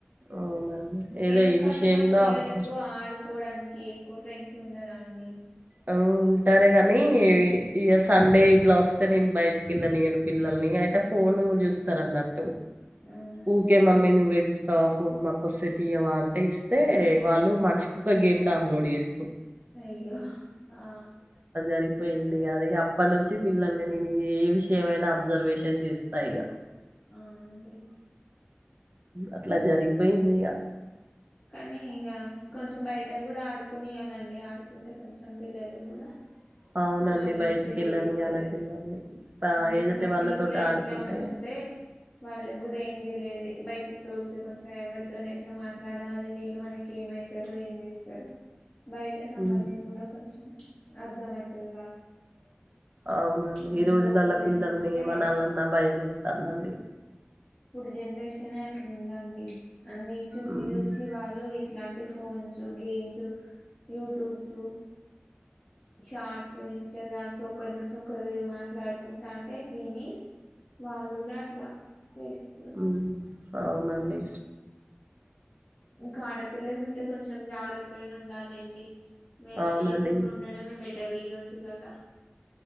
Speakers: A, on the right; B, on the left.
A: అవునండి ఏదో
B: ఎందుకండి
A: ఈ విషయంలో
B: మరి పిల్లలకు
A: అబ్జర్వ్
B: ఆడుకోవడానికి ఎక్కువ ఫ్రెండ్స్ ఉండరా అండి
A: ఆ ఉంటారు కానీ ఇ సండే ఇట్లా వస్తే నేను బయటికి వెళ్ళనియను పిల్లల్ని అయితే ఫోన్ చూస్తారన్నట్టు
B: అవునా అండి
A: ఊకే మమ్మీ నువ్వే - తవా ఫోన్ మాకు కోసేపు ఇయావా అంటే ఇస్తే వాళ్ళు మనిషి ఒక గేమ్ డౌన్లోడ్ చేస్
B: అయ్యో ఆ
A: సరిపోయింది అది అప్పటి నుంచి పిల్లల్ని నేను ఏ విషయమైనా అబ్జర్వేషన్ చేస్తా ఇగ
B: అవునండి
A: అట్లా జరిగిపోయింది ఇక
B: కానీ ఇక కొంచెం బయట కూడా ఆడుకొనియ్యాలండి ఆడుకుంటే కొంచెం పిల్లలకి కూడా
A: అవునండి
B: క్నౌలెడ్జ్
A: బయటికి
B: పేరుగుతది
A: వెళ్ళనియాలే పిల్లల్ని ఆ
B: ఎందుకంటే
A: ఎదుటి వాళ్ళతోటి
B: ఇంట్లో ఇంట్లో
A: ఆడుకుంటే
B: ఉంచితే వాళ్ళ కూడా ఏంది లేదు బయటికి తోలితే కొంచెం ఎవరితో ఎట్లా మాట్ల ట్లాడాలి వీళ్ళు మనకి ఏమవుతారు ఏం చేస్తారు బయట సమాజం
A: ఉమ్,
B: కూడా కొంచెం అర్ధమయితది
A: అవునండి
B: మనం
A: ఈ రోజులలో
B: లోపలే
A: పిల్లల్ని
B: ఉంచితే
A: ఏ మనాలన్నా భయమవుతానండి
B: జనరేషన్ అట్లుందండి అన్ని చూసి
A: మ్మ్
B: చూసి వాళ్ళు ఇట్లాంటి ఫోన్స్ గేమ్స్ యూట్యూబ్స్ షార్ట్స్ వింగ్స్ ఇస్టాగ్రామ్స్ ఒకరి నుంచి ఒకరు మాట్లాడుకుంటా అంటే విని వాళ్ళు కూడా అట్లా చేస్తారు
A: మ్మ్ అవునండి
B: ఇంకా ఆడపిల్లలు ఉంటే కొంచెం జాగ్రత్తగా ఉండాలిండి వెళ్ళ
A: అవునండి
B: నీయ్యకుండా ఉండ బెటర్ ఈ రోజులలా